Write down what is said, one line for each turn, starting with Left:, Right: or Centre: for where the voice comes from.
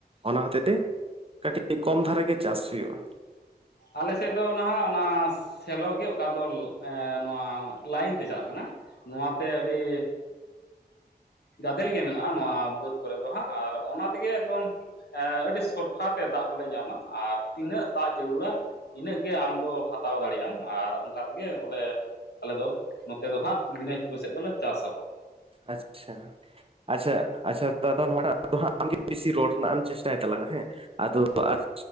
Right: ᱚᱱᱟ ᱦᱚᱛᱮ ᱛᱮ ᱠᱟᱹᱴᱤᱡᱽ ᱠᱚᱢ ᱫᱷᱟᱨᱟ ᱜᱮ ᱪᱟᱥ ᱦᱩᱭᱩᱜᱼᱟ᱾
Left: ᱟᱞᱮᱥᱮᱫ ᱫᱚ ᱱᱟᱦᱟᱸᱜ ᱚᱱᱟ ᱥᱮᱞᱚᱜ ᱜᱮ ᱚᱠᱟ ᱫᱚ ᱱᱚᱣᱟ ᱞᱟᱹᱭᱤᱱ ᱛᱮ ᱪᱟᱞᱟᱜ ᱠᱟᱱᱟ᱾ ᱱᱚᱣᱟ ᱛᱮ ᱟᱹᱰᱤ ᱜᱟᱫᱮᱞ ᱜᱮ ᱢᱮᱱᱟᱜᱼᱟ ᱱᱚᱣᱟ ᱵᱟᱹᱫᱽ ᱠᱚᱨᱮ ᱫᱚ ᱦᱟᱸᱜ ᱟᱨ ᱚᱱᱟ ᱛᱮᱜᱮ ᱮᱠᱫᱚᱢ᱾ ᱟᱹᱰᱤ ᱥᱚᱨᱯᱷᱟ ᱛᱮ ᱫᱟᱜ ᱠᱚᱞᱮ ᱧᱟᱢᱟ ᱟᱨ ᱛᱤᱱᱟᱹᱜ ᱫᱟᱜ ᱡᱟᱹᱨᱩᱲᱟ᱾ ᱤᱱᱟᱹᱜ ᱜᱮ ᱟᱢ ᱫᱚ ᱦᱟᱛᱟᱣ ᱫᱟᱲᱮᱭᱟᱜ ᱟᱢ ᱟᱨ ᱚᱱᱠᱟ ᱛᱮᱜᱮ ᱵᱚᱞᱮ, ᱟᱞᱮ ᱫᱚ ᱱᱚᱛᱮ ᱫᱚ ᱦᱟᱸᱜ ᱫᱤᱱᱟᱡᱽᱯᱩᱨ ᱥᱮᱫ ᱫᱚᱞᱮ ᱪᱟᱥ ᱟᱵᱟᱫᱟ᱾
Right: ᱟᱪᱪᱷᱟ ᱟᱪᱪᱷᱟ ᱟᱪᱪᱷᱟ ᱫᱟᱫᱟ ᱱᱚᱣᱟ ᱴᱟᱜ ᱫᱚ ᱦᱟᱸᱜ ᱟᱢᱜᱮ ᱵᱤᱥᱤ ᱨᱚᱲ ᱨᱮᱱᱟᱜ ᱮᱢ ᱪᱮᱥᱴᱟᱭ ᱛᱟᱞᱟᱝ ᱟ᱾ ᱦᱮᱸ ᱟᱫᱚ ᱟᱡ,